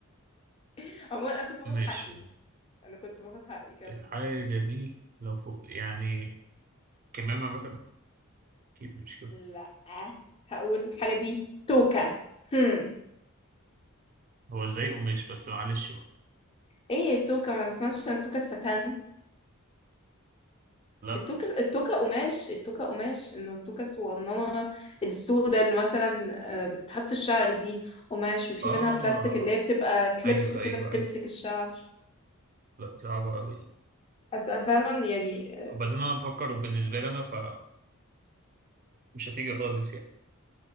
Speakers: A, on the left; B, on the right.
A: <laughs> عموما انا كنت باخد
B: ماشي
A: حقي انا كنت باخد حقي كم
B: الحاجة دي لو فوق يعني كمامة مثلا اكيد مش كده
A: لا هقول حاجه دي توكه هم
B: هو ازاي قماش بس معلش بقى
A: ايه التوكه ما اسمهاش التوكه الستان
B: لا
A: التوكه التوكه قماش التوكه قماش انه التوكه الصغننه السوداء اللي مثلا آه، بتتحط في الشعر دي قماش وفي
B: اه
A: منها بلاستيك اللي هي بتبقى كليبس
B: ايوه
A: كده
B: ايوه
A: بتمسك
B: ايوه
A: الشعر
B: لا صعبة أوي دي
A: اصل انا فعلا يعني
B: وبعدين أنا بفكر بالنسبة لي أنا فمش هتيجي خالص يعني